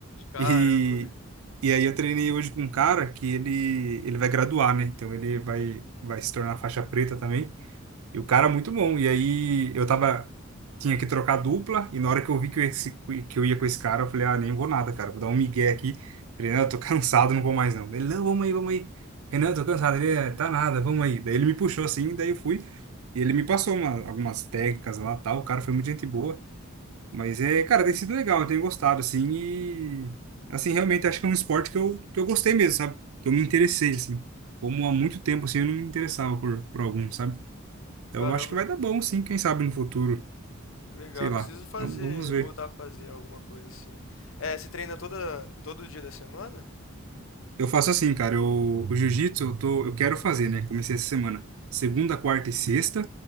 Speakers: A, on the left (about 70°); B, on the right (about 85°).
A: Caramba,
B: E, e aí eu treinei hoje com um cara que ele, ele vai graduar, né? Então ele vai, vai se tornar faixa preta também. E o cara é muito bom. E aí eu tava, tinha que trocar dupla, e na hora que eu vi que eu, ia se- que eu ia com esse cara, eu falei, ah, nem vou nada, cara, vou dar um migué aqui. Falei, não, eu tô <laughs> cansado, não vou mais não. Ele, não, vamos aí, vamos aí. Renan, eu tô cansado. Ele, "É, tá nada, vamos aí. Daí ele me puxou assim, daí eu fui. E ele me passou uma, algumas técnicas lá, tal. O cara foi muito gente boa. Mas é, cara, tem sido legal, eu tenho gostado, assim, e assim, realmente acho que é um esporte que eu, que eu gostei mesmo, sabe? Que eu me interessei, assim. Como há muito tempo, assim, eu não me interessava por, por algum, sabe? Então
A: caramba.
B: eu acho que vai dar bom, sim, quem sabe no futuro,
A: Legal,
B: sei lá.
A: preciso fazer,
B: Então, vamos ver.
A: voltar a fazer alguma coisa assim. É, você treina toda, todo dia da semana?
B: Eu faço assim, cara, eu, o jiu-jitsu eu tô, eu quero fazer, né? Comecei essa semana, segunda, quarta e sexta,